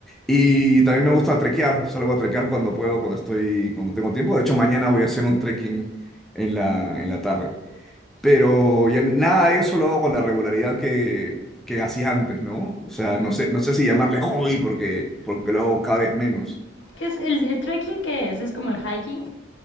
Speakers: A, in the centre; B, on the left.
A: Y también me gusta trekear, salgo a trekear cuando puedo, cuando estoy, cuando tengo tiempo. De hecho, mañana voy a hacer un trekking en la, en la tarde. Pero ya nada de eso lo hago con la regularidad que, que hacía antes, ¿no? O sea,
B: Ujú.
A: no sé, no sé si llamarle hobby porque, porque lo hago cada vez menos.
B: ¿Qué es el, el trekking? ¿Qué es? ¿Es como el hiking?